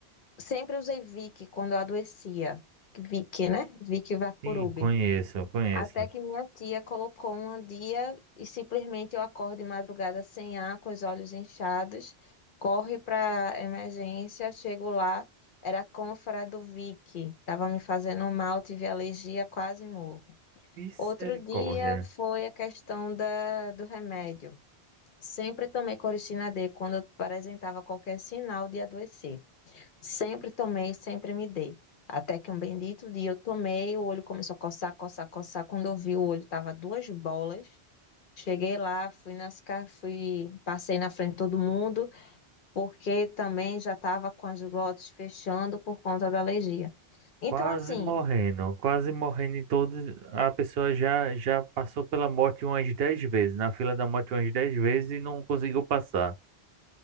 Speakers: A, on the left; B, on the right.
A: sempre usei Vick quando eu adoecia. Vick, né? Vick Vaporub.
B: sim, conheço, conheço.
A: Até que minha tia colocou um dia e simplesmente eu acordo de madrugada sem ar, com os olhos inchados, corre para emergência, chego lá, era a cânfora do Vick, estava me fazendo mal, tive alergia, quase morro.
B: Misericórdia.
A: Outro dia foi a questão da, do remédio. Sempre tomei Coristina D quando apresentava qualquer sinal de adoecer. Sempre tomei, sempre me dei. Até que um bendito dia eu tomei, o olho começou a coçar, coçar, coçar. Quando eu vi, o olho tava duas bolas. Cheguei lá, fui nas, ca- fui, passei na frente de todo mundo, porque também já tava com as glotes fechando por conta da alergia. Então,
B: Quase
A: assim,
B: morrendo, quase morrendo em todos. A pessoa já já passou pela morte umas 10 vezes, na fila da morte umas 10 vezes e não conseguiu passar.